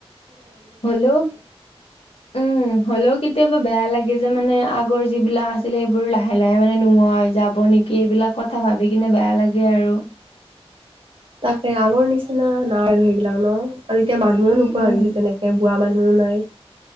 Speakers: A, on the left; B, on the right.
A: হলেও।
B: উ
A: উম হ'লেও কেতিয়াবা বেয়া লাগে যে মানে আগৰ যিবিলাক আছিল সেইবোৰ লাহে - লাহে মানে নোহোৱা হৈ যাব। যাব নেকি এইবিলাক কথা ভাবি কিনে বেয়া লাগে আৰু।
B: তাকে আগৰ নিচিনা নাই আৰু সেইবিলাক ন আৰু এতিয়া মানুহও নোপোৱা
A: উম
B: হৈছে তেনেকে। খোৱা মানুহও নাই।